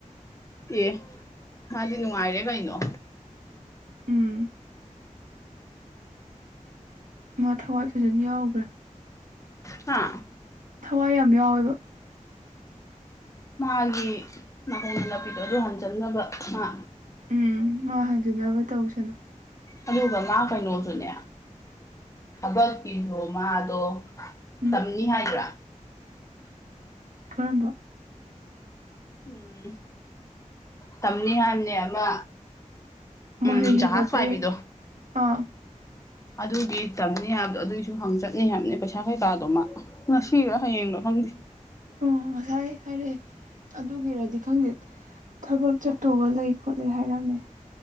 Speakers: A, on the left; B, on the right.
A: ꯑꯦ ꯃꯥꯗꯤ ꯅꯨꯡꯉꯥꯏꯔꯦ ꯀꯩꯅꯣ
B: ꯎꯝ ꯃꯥ ꯊꯋꯥꯏ ꯐꯖꯅ ꯌꯥꯎꯒ꯭ꫪꯦ
A: ꯍꯥꯥ
B: ꯊꯋꯥꯏ ꯌꯥꯝ ꯌꯥꯎꯋꯦꯕ
A: ꯃꯥꯒꯤ ꯃꯍꯣꯡ ꯍꯜꯂꯛꯄꯤꯗꫭ ꯑꯗꯨ ꯍꯟꯖꯟꯅꯕ ꯃꯥ
B: ꯎꯝ ꯃꯥ ꯍꯟꯖꯅꯕ ꯇꯧꯁꯅꯨ
A: ꯑꯗꯨꯒ ꯃꯥ ꯀꯩꯅꯣꯖꯨꯅꯦ ꯊꯕꯛꯀꯤꯗꫭ ꯃꯥꯗꯣ
B: ꯎꯝ
A: ꯇꯝꯅꯤ ꯍꯥꯏꯕ꯭ꯔꯥ
B: ꯀꯔꯝꯕ
A: ꯎꯝ ꯇꯝꯅꯤ ꯍꯥꯏꯕꯅꯦ ꯑꯃ ꯎꯝ
B: ꯃꯍꯩ
A: ꯖꯍꯥꯖ
B: ꯍꯦꯟꯒꯠꯄꯩ
A: ꯄꯥꯏꯕꯤꯗꯣ
B: ꯑꯥ
A: ꯑꯗꯨꯒꯤ ꯇꯝꯅꯤ ꯍꯥꯏꯕꯗꯣ ꯑꯗꯨꯏꯁꯨ ꯍꯪ ꯆꯠꯅꯤ ꯍꯥꯏꯕꯅꯤ ꯄꯩꯁꯥ ꯀꯩꯀꯥꯗꫭ ꯃꯥ ꯉꯁꯤꯔ ꯍꯌꯦꯡꯂ ꯈꯪꯗꯦ
B: ꯎꯝ ꯉꯁꯥꯏ ꯍꯥꯏꯔꯛꯑꯦ ꯑꯗꯨꯒꯤꯔꯗꯤ ꯈꯪꯗꯦ ꯊꯕꯛ ꯆꯠꯇꯧꯕ ꯂꯩ ꯈꯣꯠꯂꯦ ꯍꯥꯏꯔꯝꯃꯦ꯫